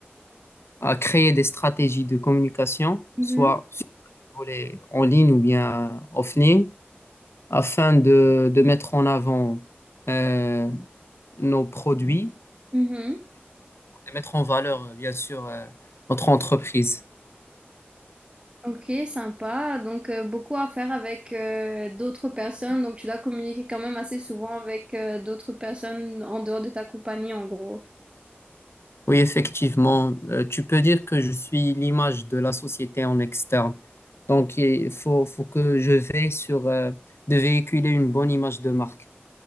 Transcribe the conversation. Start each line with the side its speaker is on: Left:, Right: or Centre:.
Left: à créer des stratégies de communication,
Right: Mhm.
Left: soit sur le volet en ligne ou bien offline, afin de, de mettre en avant euh, nos produits
Right: Mhm.
Left: et mettre en valeur, euh, bien sûr, euh, notre entreprise.
Right: Ok, sympa. Donc, euh, beaucoup à faire avec euh, d'autres personnes. Donc, tu dois communiquer quand même assez souvent avec euh, d'autres personnes en dehors de ta compagnie, en gros.
Left: Oui, effectivement, euh, tu peux dire que je suis l'image de la société en externe. Donc, il faut, faut que je veille sur euh, de véhiculer une bonne image de marque.